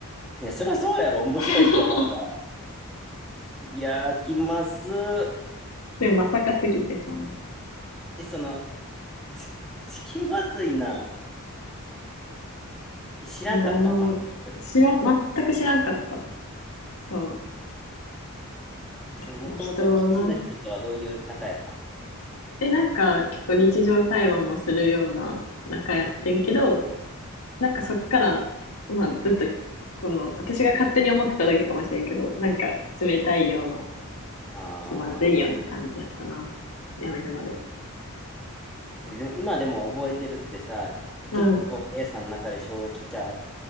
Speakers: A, in the centre; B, on the left (about 75°).
A: いや、そりゃそうやろ。面白いって思われた。
B: <laughs>
A: いやー、気まず
B: でもまさかすぎて、そんな。
A: い。え、その、<laughs> 気まずいな。知らんかったん、
B: もうあの、
A: 全く。
B: 知らん、全く知らんかった。そう。
A: その、
B: だから人な、
A: もともとキッチンの人とはどういう仲やった
B: え、なんか結構日常会話もするような仲やってんけど、なんかそっから、まあずっと、この、私が勝手に思ってただけかもしれんけど、なんか冷たいような、
A: のああ
B: 気まずいような感じやったな。やめるまで。
A: ー。でも、今でも覚えてるってさ、
B: うん。
A: 結構 A さんの中で衝撃ちゃう